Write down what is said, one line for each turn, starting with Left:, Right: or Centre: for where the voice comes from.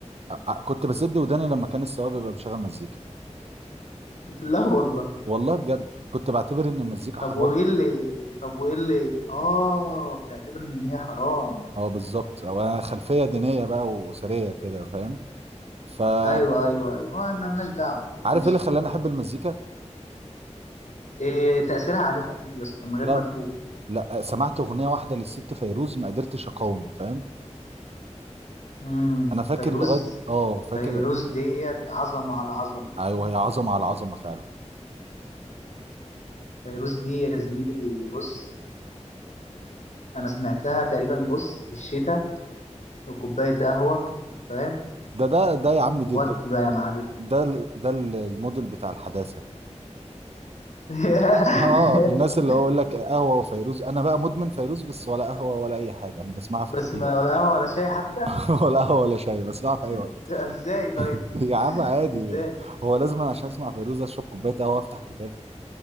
Right: ع- كنت بسد وداني لما كان السواق بيبقى مشغل مزيكا
Left: <laughs> لا والله
Right: والله بجد كنت بعتبر ان المزيكا حرام
Left: طب وايه اللي طب وايه اللي اه بتعتبر ان هي حرام
Right: اه بالظبط او انا خلفيه دينيه بقى واسريه كده فاهم فعارف
Left: ايوه ايوه ايوه ما لناش دعوه
Right: ايه
Left: ماشي
Right: اللي خلاني احب المزيكا
Left: إيه تأثيرها عليك اكيد يا اسطى من غير
Right: لا
Left: ما تقول
Right: لا سمعت اغنيه واحده للست فيروز ما قدرتش اقاوم فاهم
Left: امم
Right: انا فاكر
Left: فيروز
Right: لغايه اه فاكر
Left: فيروز ديت عظمه على عظمه
Right: ايوه هي عظمه على عظمه فعلا
Left: فيروز دي يا زميلي بص انا سمعتها تقريبا بص في الشتاء وكوبايه قهوه فاهم
Right: ده ده ده يا عم
Left: ودي
Right: دي ده
Left: بقى يا معلم
Right: ده, ال- ده ال- الموديل بتاع الحداثة
Left: <laughs>
Right: <laughs> اه الناس اللي هو يقول لك قهوة وفيروز انا بقى مدمن فيروز بس ولا قهوة ولا اي حاجة انا بسمعها في
Left: بس
Right: اي
Left: ما
Right: وقت
Left: ولا قهوه ولا شاي حتى
Right: <laughs> ولا قهوة ولا شاي بسمعها في اي وقت
Left: <laughs> ازاي طيب
Right: <laughs> يا عم عادي
Left: ازاي
Right: هو لازم أنا عشان اسمع فيروز اشرب كوباية قهوة وافتح كتاب